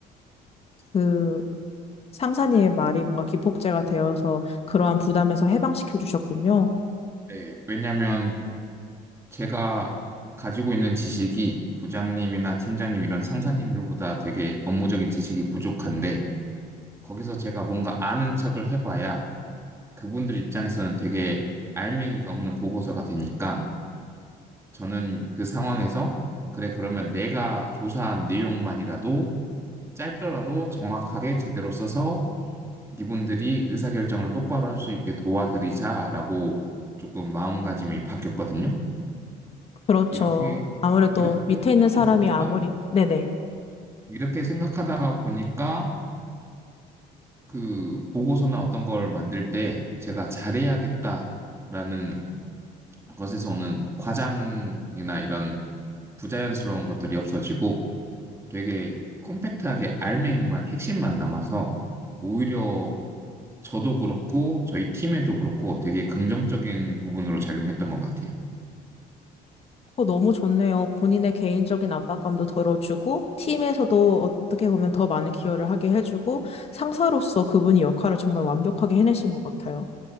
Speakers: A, on the left; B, on the right.
A: 그 상사님의 말이 뭔가 기폭제가 되어서 그러한 부담에서 해방시켜 주셨군요.
B: 네, 왜냐면 제가 가지고 있는 지식이 부장님이나 팀장님 이런 상사님들보다 되게 업무적인 지식이 부족한데 거기서 제가 뭔가 아는 척을 해봐야 그분들 입장에서는 되게 알맹이가 없는 보고서가 되니까 저는 그 상황에서 그래, 그러면 내가 조사한 내용만이라도 짧더라도 정확하게 제대로 써서 이분들이 의사결정을 똑바로 할 수 있게 도와드리자라고 조금 마음가짐이 바뀌었거든요.
A: 그렇죠.
B: 이렇게
A: 아무래도
B: 이렇게
A: 밑에 있는
B: 하고
A: 사람이
B: 보니까
A: 아무리, 네네.
B: 이렇게 생각하다가 보니까 그 보고서나 어떤 걸 만들 때 제가 잘해야겠다라는 것에서 오는 과장이나 이런 부자연스러운 것들이 없어지고 되게 컴팩트하게 알맹이만 핵심만 남아서 오히려 저도 그렇고 저희 팀에도 그렇고 되게 긍정적인 부분으로 작용했던 것 같아요.
A: 어, 너무 좋네요. 본인의 개인적인 압박감도 덜어주고, 팀에서도 어떻게 보면 더 많은 기여를 하게 해주고, 상사로서 그분이 역할을 정말 완벽하게 해내신 것 같아요.